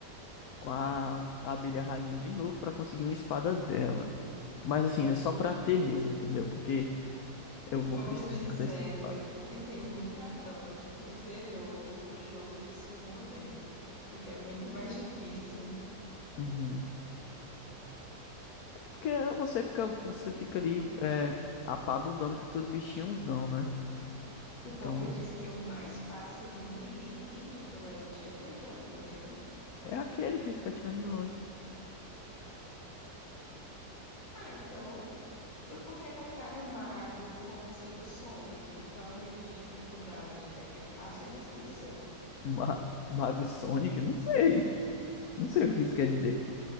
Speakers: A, on the left; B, on the left.
A: com a abelha rainha de novo pra conseguir uma espada dela. Mas assim, é só pra ter mesmo, entendeu? Porque Eu
B: o
A: vou
B: povo
A: precisar
B: dizendo
A: dessa espada.
B: que tem muita dó de quem zerou o jogo de Summoner, porque é muito mais difícil.
A: Uhum. É Porque você fica, você fica ali é, a pá do dano que os teus bichinhos dão, né?
B: O povo
A: Então
B: diz que o mais fácil é de Melee e Ranger. Ranger é o que mesmo?
A: é aquele que fica atirando de longe.
B: Ah, então, e por que colocaram o Mago como sendo o Sonic? Qual é o nível de dificuldade? É porque fácil é difícil.
A: Ma- Mago Sonic, não sei. Não sei o que isso quer dizer.